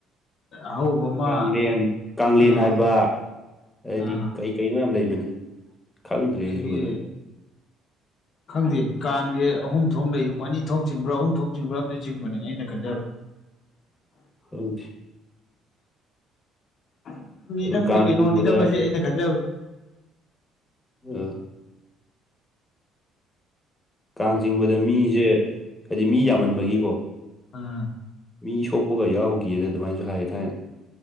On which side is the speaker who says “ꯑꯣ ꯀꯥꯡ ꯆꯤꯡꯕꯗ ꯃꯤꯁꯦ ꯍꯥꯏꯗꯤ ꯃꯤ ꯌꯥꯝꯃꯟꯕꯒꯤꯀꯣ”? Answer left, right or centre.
Left